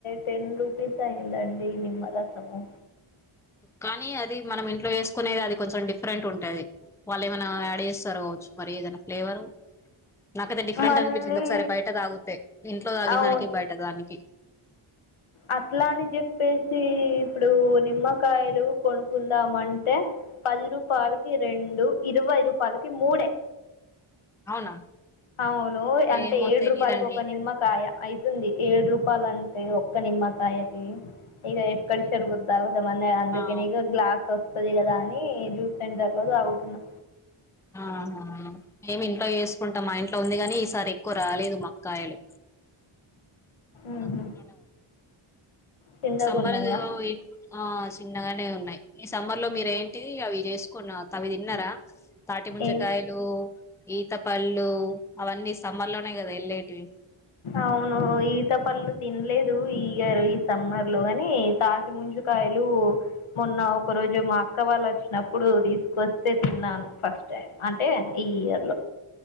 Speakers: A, on the left; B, in the centre.
A: టెన్ రూపీస్ అయ్యిందండి నిమ్మ రసము
B: కానీ అది మనం ఇంట్లో చేసుకునేది అది కొంచెం డిఫరెంట్ ఉంటుది వాళ్ళు ఏమైనా యాడ్ చేస్తారు కాచ్చు మరి ఏదైనా ఫ్లేవరు నాకైతే డిఫరెంట్
A: మళ్ళీ
B: అనిపించింది ఒకసారి బయట తాగితే ఇంట్లో తాగిన
A: అవును
B: దానికి బయట దానికి
A: అట్లా అని చెప్పేసి ఇప్పుడు నిమ్మకాయలు కొనుకుందాం అంటే పది రూపాయలకి రెండు ఇరవై రూపాయలకి మూడే
B: అవునా
A: అవును అంటే
B: ఏమో
A: ఏడు
B: తెలీదండి
A: రూపాయలకి ఒక నిమ్మకాయ అయితుంది ఏడు రూపాయలు అంటే నిమ్మకాయకి ఇగ ఎక్కడ శరు బుద్దద మ అందుకని
B: ఆహా
A: గ్లాస్ వస్తది కదా అని జ్యూస్ సెంటర్ లో తాగుతున్నా
B: ఆహా మేమి ఇంట్లో చేసుకుంటాం మా ఇంట్లో ఉంది గాని ఈసారి ఎక్కువ రాలేదు మాకు కాయలు
A: ఉహు
B: నాకుంట్లోనే ఉం
A: చిన్నగున్నాయా
B: సమ్మర్ ఆ సిన్నగానే ఉన్నాయ్ ఈ సమ్మర్ లో మీరు ఏంటి అవి చేస్ కొన్నా తవిది ఇన్నార తాటి ముంజకాయలు
A: ఏం
B: ఈత పళ్ళు అవన్నీ సమ్మర్ లోనే కదా వెళ్ళేటివి
A: అవును ఈత పళ్లు తినలేదు ఈ ఇయరు ఈ సమ్మర్ లో కాని తాటి ముందు జుకాయలు మొన్న ఒక రోజు మా అక్క వాళ్ళు వచ్చినప్పుడు తీసుకొస్తే తిన్నాను ఫస్ట్ టైం అంటే ఈ ఇయర్ లో